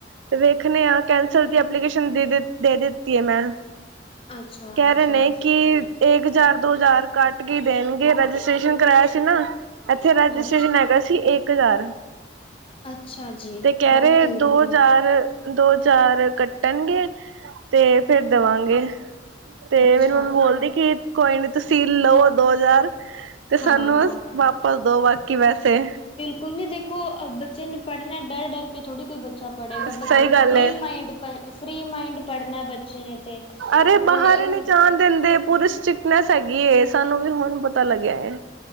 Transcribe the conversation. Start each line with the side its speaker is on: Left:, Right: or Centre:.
Right: ਤੇ ਵੇਖਨੇ ਆ ਕੈਂਸਲ ਦੀ ਐਪਲੀਕੇਸ਼ਨ ਦੇ ਦਿ, ਦੇ ਦਿੱਤੀ ਐ ਮੈਂ।
Left: ਅੱਛਾ
Right: ਕੈ
Left: ਅੱਛਾ
Right: ਰੇ ਨੇ ਕਿ ਏਕ ਹਜਾਰ, ਦੋ ਹਜਾਰ ਕਾੱਟ ਕੇ ਈ ਦੇਨਗੇ ਰਜਿਸਟ੍ਰੇਸ਼ਨ ਕਰਾਯਾ ਸੀ ਨਾ। ਅੱਛਾ ਰਜਿਸਟ੍ਰੇਸ਼ਨ
Left: ਅੱਛਾ
Right: ਹੈਗਾ ਸੀ ਏਕ ਹਜਾਰ।
Left: ਅੱਛਾ ਜੀ,
Right: ਤੇ ਕੈ
Left: ਉਹ
Right: ਰਏ
Left: ਤੇਰੀ
Right: ਦੋ
Left: ਦੀ
Right: ਹਜਾਰ ਦੋ ਹਜਾਰ ਕੱਟਨਗੇ ਤੇ ਫੇਰ ਦਵਾਂਗੇ। ਤੇ
Left: ਅੱਛਾ
Right: ਮੇਰੀ ਮੰਮੀ ਬੋਲਦੀ ਕਿ, ਕੋਈ ਨੀ ਤੁਸੀਂ ਲੋ ਦੋ ਹਜਾਰ ਤੇ
Left: ਹਾਂ।
Right: ਸਾਨੂੰ ਬਸ ਵਾਪਸ ਦੋ ਬਾਕੀ ਪੈਸੇ।
Left: ਕੁਈ ਨੀ ਦੇਖੋ ਅ ਬੱਚੇ ਨੇ ਪੜਨੈ ਡਰ-ਡਰ ਕੇ ਥੜੀ ਕੋਈ ਬੱਚਾ ਪੜੇਗਾ
Right: ਸਹੀ
Left: ਬੱਚੇ ਨੇ
Right: ਗੱਲ
Left: ਤੇ ਫ੍ਰੀ
Right: ਏ।
Left: ਮਾਈਂਡ ਪ ਫ੍ਰੀ ਮਾਇੰਡ ਪੜਨੈ ਬੱਚੇ ਨੇ ਤੇ।
Right: ਅਰੇ ਬਾਹਰ
Left: ਤੇ ਉਹ
Right: ਏ ਨੀ ਜਾਨ ਦੇਂਦੇ ਪੂਰੀ ਸ੍ਰਿਟਕਨੇਸ ਹੈਗੀ ਏ ਸਾਨੂੰ ਵੀ ਹੋਨ ਪਤਾ ਲੱਗੇਆ ਐ।